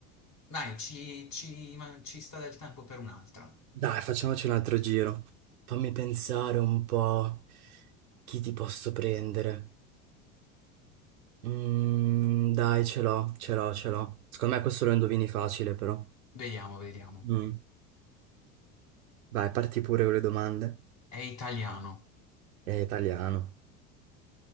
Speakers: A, on the left (about 40°); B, on the right (about 85°).
A: Dai, ci, ci- ma- ci sta del tempo per un'altra.
B: Dai, facciamoci un altro giro. Fammi pensare un po' chi ti posso prendere. Mm, dai, ce l'ho, ce l'ho, ce l'ho. Secondo me questo lo indovini facile, però.
A: Vediamo, vediamo.
B: Mm. Vai, parti pure con le domande.
A: È italiano,
B: È italiano.